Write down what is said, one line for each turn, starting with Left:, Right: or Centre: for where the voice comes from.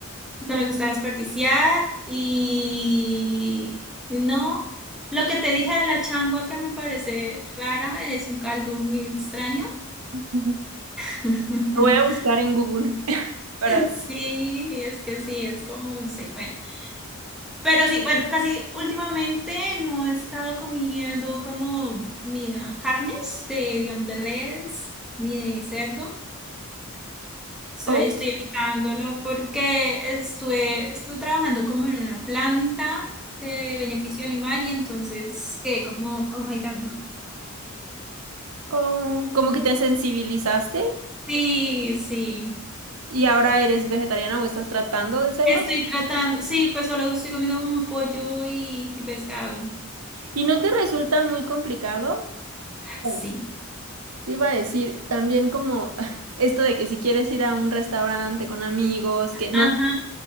Centre: no me gusta desperdiciar y y no, lo que te dije de la changua que me parece rara es un caldo muy extraño.
Right: <laughs>
Centre: <laughs>
Right: lo voy a buscar en Google <laughs> para
Centre: Sí,
Right: ver.
Centre: es que sí, es como, no sé, bueno. Pero sí, bueno, casi últimamente no he estado comiendo como comida, carnes de, digamos, de res ni de cerdo. Estoy,
Right: Oh,
Centre: estoy evitándolo porque estuve, estuve trabajando como en una planta de beneficio animal y entonces quedé como, oh my God, no.
Right: oh. Como que te sensibilizaste
Centre: Sí, sí.
Right: ¿Y ahora eres vegetariana o estás tratando de serlo?
Centre: Estoy tratando, sí, pues solo estoy comiendo como pollo y y pescado.
Right: ¿Y no te resulta muy complicado? Bueno,
Centre: Sí.
Right: te iba a decir también como <laughs> esto de que si quieres ir a un restaurante con amigos que no
Centre: Ajá.